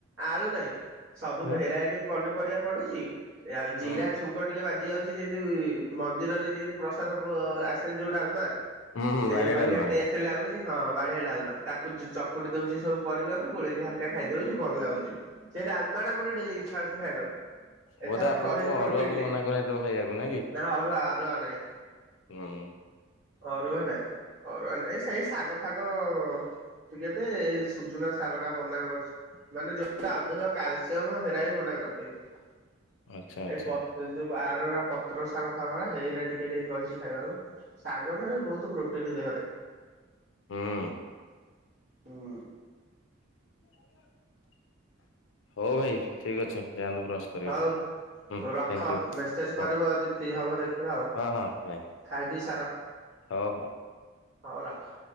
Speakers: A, on the right; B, on the left.
A: ଆଳୁ ନାଇଁ ସବୁ
B: ହଁ
A: ଭେରାଇଟି ପନିପରିବା ପଡୁଚି ଆଉ ଜିରା
B: ହୁଁ
A: ଛୁଙ୍କ। ଟିକେ ବାଜି ଯାଉଛି ଯେମିତି ମନ୍ଦିରରେ ଯେମିତି ପ୍ରସାଦ ଆସେନି ଯୋଉ ଡାଲମା।
B: ହୁଁ ହୁଁ
A: ସେ
B: ବାଡିଆ
A: ପରିକା
B: ଡାଲମା
A: ଟେଷ୍ଟ୍ ଲାଗୁଛି ହଁ ବାଢିଆ ଡାଲମା ତାକୁ ଚ କୁଟି ଦଉଛି ସବୁ ପରିବାକୁ ଗୋଳେଇକି ହାଲକା ଖାଇଦଉଛି ଭଲ ଲାଗୁଛି ସେଇ ଡାଲମା ଟା ମୋର ଡେଲି। ଇଚ୍ଛା ହଉଛି ଖାଇବାକୁ ଏଥର
B: ବୋଧେ
A: ମୁ
B: ଆପଣଙ୍କୁ
A: ରହିଲି ପ୍ରୋଟିନରେ
B: ଅରୁଆ ପାଇଁ ମନା କରାହେଇଥିବ ଖାଇବାକୁ କି
A: ନା ଅରୁଆ। ଅରୁଆ ନାଇଁ।
B: ହୁଁ।
A: ଅରୁଆ ନାଇଁ ଅରୁଆ ନାଇଁ ସେଇ ଶାଗ ଫାଗ। ଟିକେ ଦେବେ ଏଇ ସୁଜୁନା ଶାଗ ଟା ମନା କରିଛି। ମାନେ ଯୋଉଟା ଅଧିକ କ୍ୟାଲ୍ସିୟମ୍ ହେଗୁରା ବି ମନା କରିଦେଇଛି
B: ଆଚ୍ଛା ଆଚ୍ଛା
A: ଏଇ ପ ଯୋଉ ବାହାର ପତ୍ର ଶାଗ ଫାଗୁରା ସେଇଗୁରା ଟିକେ ଟିକେ କହିଛି ଖାଇବାକୁ। ଶାଗ ଟା ବି ବହୁତୁ ପ୍ରୋଟିନ୍ ଦେହରେ।
B: ହୁଁ।
A: ହୁଁ
B: <unintelligible> ହଉ ଭାଇ ଠିକ୍ ଅଛି ଯାଆନ୍ତୁ ବ୍ରସ୍ କରିବେ
A: ହଉ।
B: ହୁଁ
A: ରଖ
B: ଥ୍ୟାଙ୍କୟୁ।
A: ମେସେଜ୍ କରିବ
B: ହଁ
A: ଯଦି ଫ୍ରି ହେବ ଦେଖିବା ଆଉ
B: ହଁ ହଁ ଭାଇ
A: ଖାଇ ପି ସାର।
B: ହଉ ହଉ।
A: ହଉ ରଖ।